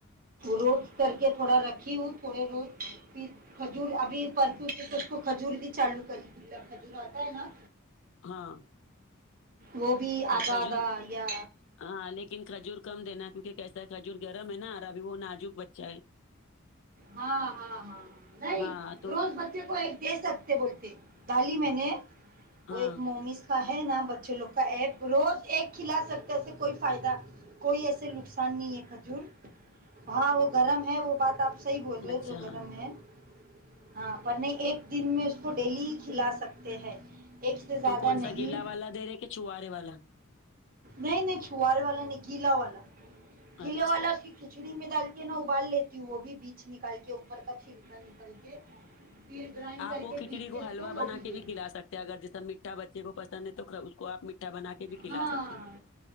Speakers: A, on the right (about 40°); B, on the left (about 60°).
A: روز کر کے تھوڑا رکھی ہووں تھوڑے بہت پیس کھجور ابھی پرسوں سے تو اس کو کھجور بھی چالو کری کھجور کھاتا ہے نا
B: ہاں
A: وہ بھی
B: پر
A: ادھا
B: کھجور
A: ادھا یا
B: ہاں لیکن کھجور کم دینا کیونکہ کیسا ہے کھجور گرم ہے نا ابھی وہ ناازک بچہ ہے
A: ہاں ہاں ہاں نہیں
B: ہاں تو
A: روز بچے کو ایک دے سکتے کے بولتے دالی میں نے وہ
B: ہاں
A: ایک ممی سے کا ہے نا بچے لوگ کا ایپ روز ایک کھلا سکتے اسے کوئی فائدہ کوئی ایسے نقصان نہیں ہے کھجور ہاں وہ گرم ہے وہ بات آپ صحیح بول رہے
B: اچھا
A: جو گرم
B: ہاں
A: ہے ہاں پر نہیں ایک دن میں اس کو ڈیلی کھلا سکتے ہیں ایک سے زیادہ
B: تو کون
A: نہیں
B: سا گیلا والا دے رہے کہ چوہارے والا
A: نہیں نہیں چوہرے والا نہیں گیلا والا
B: اچھا
A: گیلے والا اس کھچڑی میں ڈال کے نا ابال لیتی ہوں وہ بھی بیچ نکال کے اوپر کا چھلکا نکل کے پھر گرینڈ
B: آپ
A: کر
B: وہ
A: کے
B: کھچڑی
A: پیز کے اس
B: حلوا
A: کو وہ
B: بنا
A: بھ
B: کے
A: دے
B: بھی
A: دی
B: کھلا سکتے اگر جیسا مٹھا بچے کو پسند ہے تو اس کو آپ میٹھا بنا کے بھی کھلا
A: ہاں
B: سکتے ہیں